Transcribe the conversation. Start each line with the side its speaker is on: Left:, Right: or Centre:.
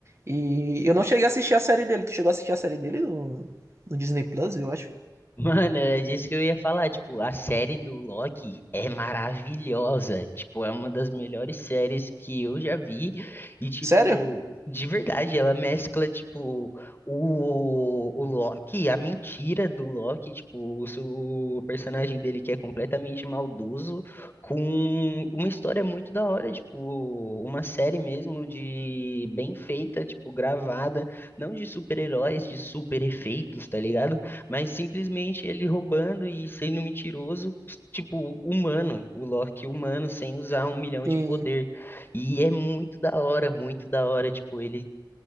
Right: E eu não cheguei a assistir a série dele. Tu chegou a assistir a série dele no, no Disney Plus, eu acho.
Left: Mano, era disso que eu ia falar. Tipo, a série do Loki é maravilhosa. Tipo, é uma das melhores séries que eu já vi. E, tipo,
Right: Sério?
Left: de verdade, ela mescla, tipo, o, o Loki, a mentira do Loki, tipo, o, su- o personagem dele que é completamente maldoso, com uma história muito da hora, tipo, uma série mesmo de bem feita, tipo, gravada, não de super-heróis, de super efeitos, tá ligado? Mas simplesmente ele roubando e sendo mentiroso, tipo, humano, o Loki humano, sem usar um milhão
Right: Sim.
Left: de poder. E é muito da hora, muito da hora, tipo, ele